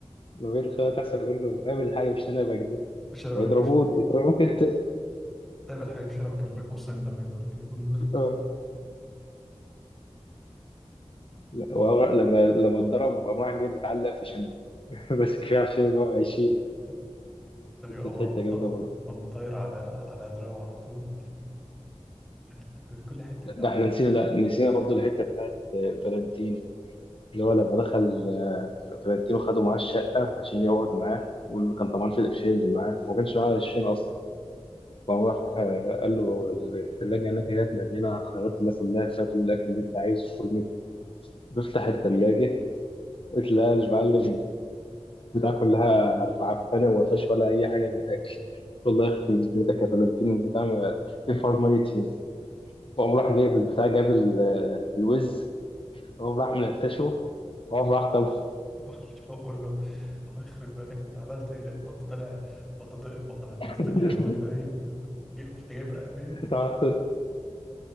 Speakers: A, on the left; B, in the centre.
A: لو جيت الخيار تحصل يقول له اعمل حاجه مش انا بكده
B: <laughs> شنبك
A: هيضربوني
B: وش...
A: يضربوك انت
B: دايما الحاجة في شنبك اللي بين قوسين ده بينه لكن بقول له
A: اه لا وهو لما لما اتضرب قام راح جاي متعلق في شنب <laughs> بس كفايه عشان اللي هو هيشيل
B: إيه؟ أيوة،
A: دي كانت حته
B: قام قام
A: جامده برضه
B: ط- قام طاير على على دراعه على طول كانت كل حتة
A: ده
B: حلوة
A: احنا نسينا
B: بصراحة
A: لا نسينا برضه الحته بتاعت آه، فالنتين اللي هو لما دخل آه، فالنتين وخده معاه الشقه عشان يقعد معاه واللي كان طمعان في القرشين اللي معاه وما كانش معاه قرشين اصلا فقام راح آه، قال له الثلاجه هناك هي مليانه خيارات الله كلها فيها كل الاكل اللي انت عايزه كل منه بيفتح الثلاجه لا المعلم بتاع كلها معفنه وما فيهاش ولا اي حاجه بتاكل والله يخرب بيتك يا فلانتين البتاع ما الفار ميتين وقام راح جايب البتاع جاب ال- الوز وقام راح منتشه وقام راح طبخه
B: <laughs> بقول له الله يخرب بيتك انت عملت ايه لقيت بط طلع بطط- بط- بطتين
A: <laughs>
B: يهود باين جي- رحت جايب رقه بيهم
A: تعرف-